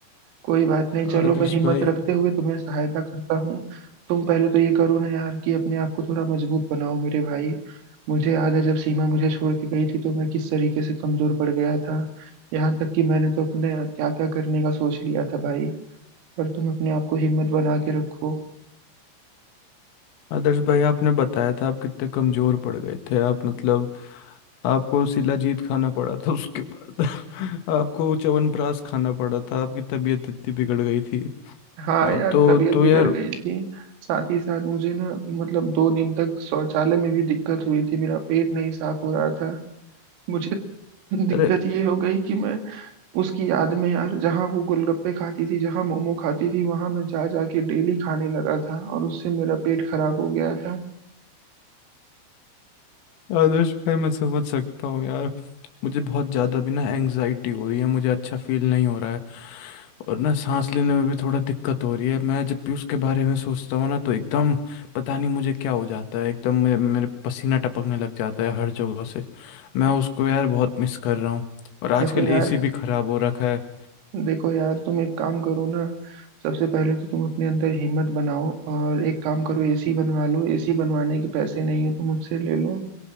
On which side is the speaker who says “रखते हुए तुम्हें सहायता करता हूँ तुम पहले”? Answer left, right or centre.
Right